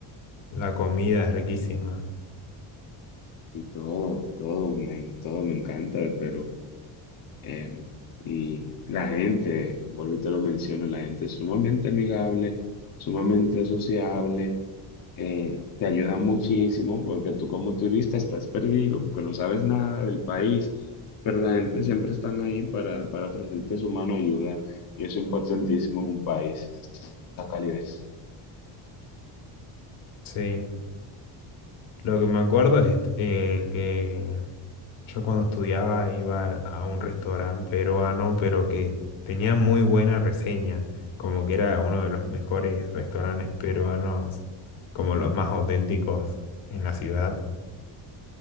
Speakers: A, on the left; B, on the left.
A: La comida es riquísima.
B: Sí, todo, todo me, todo me encanta de Perú. Eh, y la gente, vuelvo y te lo menciono, la gente es sumamente amigable, sumamente sociable, eh, te ayuda muchísimo porque tú como turista estás perdido, porque no sabes nada del país, pero la gente siempre están ahí para, para ofrecerte su mano ayuda y eso es importantísimo en un país, esa calidez.
A: Sí. Lo que me acuerdo es eh, que yo cuando estudiaba iba a un restaurante peruano, pero que tenía muy buena reseña. Como que era uno de los mejores restaurantes peruanos, como los más auténticos en la ciudad.